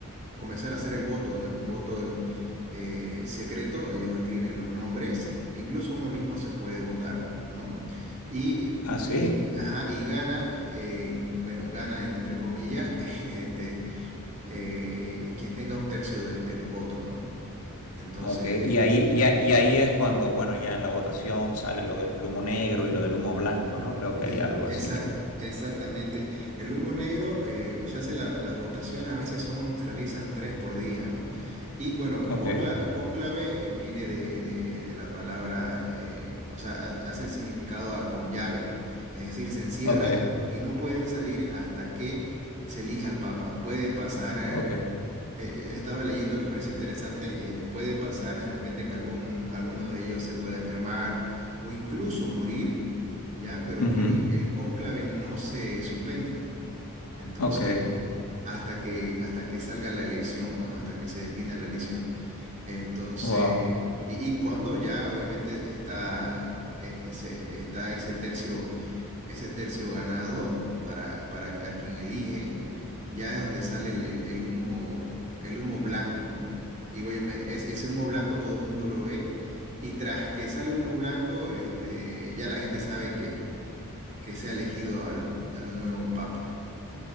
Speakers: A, on the right (about 35°); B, on the left (about 85°).
A: comenzar a hacer el voto. Es un voto eh, secreto, ellos escriben los nombres, incluso uno mismo se puede votar, ¿no? Y, y-
B: Ah, sí,
A: y- ajá, y gana, eh, bueno, gana entre comillas, <laughs> este, eh, quien tenga un tercio de, de los votos, ¿no? Entonces,
B: ok. Y ahí, y, a- y ahí es cuando, bueno, ya en la votación sale lo del humo negro y lo del humo blanco, ¿no? Creo que
A: Eh,
B: hay algo
A: Esa,
B: así que...
A: exactamente. El humo negro, eh, se hace la- las votaciones, a veces son, se realizan tres por día, ¿no? Y bueno,
B: Ok,
A: concla- cónclave eh, viene de, de- de la palabra, eh, o sea, ha- hace el significado a con llave. Es decir, se encierran
B: ok,
A: y no pueden salir hasta que se elija al Papa. Puede pasar, eh,
B: ok.
A: eh, estaba leyendo, me pareció interesante, eh, puede pasar de repente que algún, alguno de ellos se pueda enfermar o incluso morir ya, pero
B: Ujú,
A: el, el cónclave no se suspende. Entonces,
B: Ok,
A: hasta que, hasta que salga la elección, ¿no? Hasta que se defina la elección. Entonces,
B: wow,
A: y, y cuando ya obviamente está, eh, se- está ese tercio, ese tercio ganado para, para a quien eligen, ya es donde sale el, el- el humo, el humo blanco, ¿no? Y obviamente, es, ese humo blanco todo el mundo lo ve. Y tras que sale humo blanco, este, ya la gente sabe que que sea elegido al, al nuevo Papa.